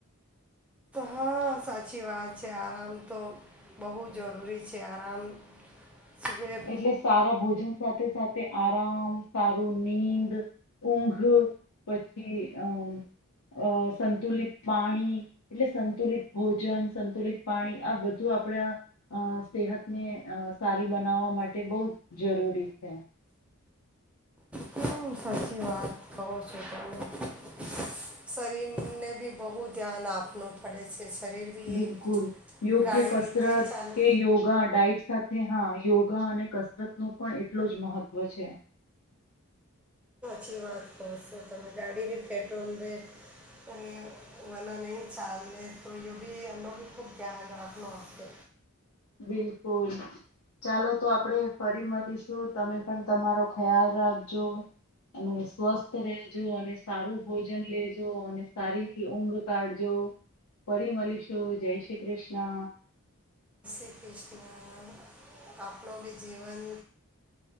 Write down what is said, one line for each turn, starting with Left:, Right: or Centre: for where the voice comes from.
Centre: હા સાચી વાત છે, આરામ તો બહુ જરૂરી છે. આરામ સુબે
Left: એટલે સારા ભોજન સાથે સાથે આરામ, સારું નીંદ, ઊંઘ પછી અ અ સંતુલિત પાણી, એટલે સંતુલિત ભોજન સંતુલિત, પાણી આ બધું આપણે સેહતને અ સારી બનાવવા માટે બઉ જરૂરી છે.
Centre: હમ, સાચી વાત કહો છો તમે. શરીરને બી બહુ ધ્યાન આપવું પડે છે. શરીર બી
Left: બિલકુલ
Centre: એક
Left: યોગ્ય
Centre: ગાડી
Left: કસરત
Centre: રીતે ચાલુ
Left: કે યોગા, ડાઇટ સા થે હા યોગા અને કસરત નું પણ એટલો જ મહત્વ છે.
Centre: ચી વાત કહો છો તમે ગાડી બી પેટ્રોલ દે, અને મના નહીં ચાલ દે તો યો બી અનો બી ખૂબ ધ્યાન રાખનો આપે.
Left: બિલકુલ ચાલો તો આપડે ફરી મલીશું તમે પણ તમારો ખ્યાલ રાખજો. અને સ્વસ્થ રહેજો. અને સારું ભોજન લેજો, અને સારી ઊંઘ કાઢજો, ફરી મલીશું જય શ્રી કૃષ્ણ.
Centre: <unintelligible> આપણો બી જીવન